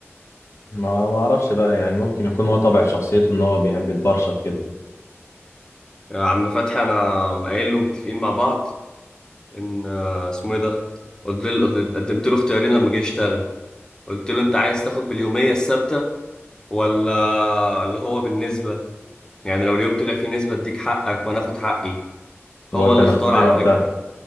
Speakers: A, on the left (about 80°); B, on the left (about 15°).
A: ما ما أعرفش بقى يعني ممكن يكون هو طبع في شخصيته إن هو بيحب يتبرشط كده
B: يا عم فتحي انا قايل له متفقين مع بعض ان آه، اسمه ايه ده قلت له قدمت له اختيارين لما جه يشتغل قلت له انت عايز تاخد باليوميه الثابته ولا اللي هو بالنسبه يعني لو اليوم طلع فيه نسبه اديك حقك وانا اخد حقي هو
A: هو
B: اللي
A: كان
B: اختار
A: اختاري
B: على
A: وقتها
B: فكرة